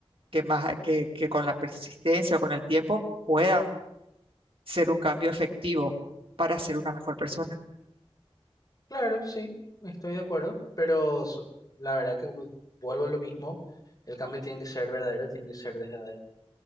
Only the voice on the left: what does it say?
Claro, sí, estoy de acuerdo, pero so- la verdad que como vuelvo a lo mismo, el cambio tiene que ser verdadero, tiene que ser desde adentro.